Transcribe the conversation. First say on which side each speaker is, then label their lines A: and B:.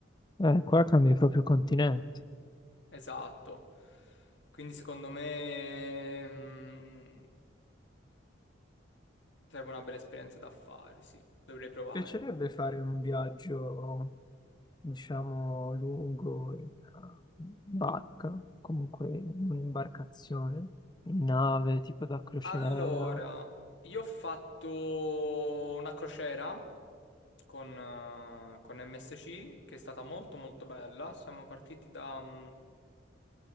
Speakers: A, on the left; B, on the left.
A: Eh, qua cambi proprio continente.
B: Esatto. Quindi secondo me... ehm, Sarebbe una bella esperienza da fare, sì. Dovrei provare.
A: piacerebbe fare un viaggio, diciamo, lungo in eh, barca, comunque in un'imbarcazione, in nave, tipo da crociera,
B: Allora, io ho fatto una crociera con, eh, con MSC che è stata molto molto bella. Siamo partiti da... mm,